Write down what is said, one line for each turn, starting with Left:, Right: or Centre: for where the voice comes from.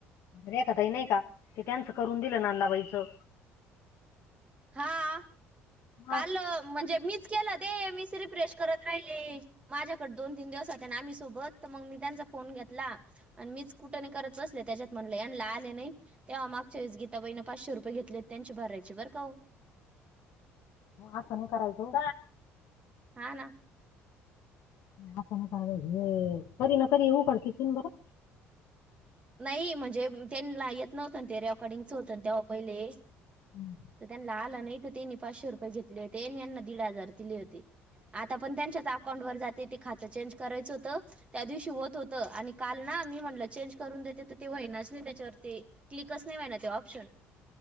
Left: रेखताई नाही का ते, त्यांचं करून दिलं नंदाबाईचं.
Right: हा
Left: मग
Right: काल म्हणजे, मीच केलं दे मीच रिफ्रेश करत राहिले. माझ्याकडे दोन तीन दिवस होते ना, आम्ही सोबत तर मग मी त्यांचा फोन घेतला. आणि मीच कुटाने करत. बसले तेच्यात, म्हणले हेन ला आले नाही. तेव्हा मागच्या वेळेस गिताबाईनं पाचशे रुपये घेतले, त्यांची भरायचे बर का ओ.
Left: आस नाही करायचं ओ.
Right: हा ना.
Left: ह नाही कराय हे, कधी ना कधी उघडकीस येईल बरं.
Right: नाही म्हणजे त्यांना येत नव्हतं, ते रेकॉर्डिंगच होतं तेव्हा पहिले.
Left: हम्म.
Right: तर त्यांना आलं नाही तर त्यांनी, पाचशे रुपये घेतले होते यांना दीड हजार दिले होते. आता पण त्यांच्याच अकाउंट वर जाते, ते खात चेंज करायचं होतं. त्या दिवशी होतं होत, आणि काल ना मी म्हटलं चेंज. करून देत तर ते व्हइनाच नाही, त्याच्यावरती क्लिकच होईना ते ऑप्शन्स.